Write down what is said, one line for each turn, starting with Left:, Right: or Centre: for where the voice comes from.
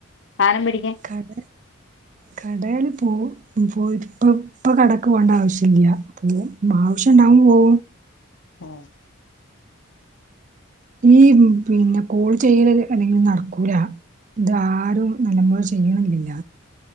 Left: സാനം മേടിക്കാ
Right: കട കടൽ പോ പോ ഇപ്പ ഇപ്പ കടക്ക് പോകേണ്ട ആവശ്യ ഇല്ല പോ ആവശ്യംണ്ടാവുമ്പോ പോവും
Left: ആ
Right: ഈ പിന്നെ കോൾ ചെയ്യരുത് അല്ലെങ്കിൽ നടക്കൂല. ഇത് ആരും നല്ല പൊലെ ചെയ്യണില്ലില്ല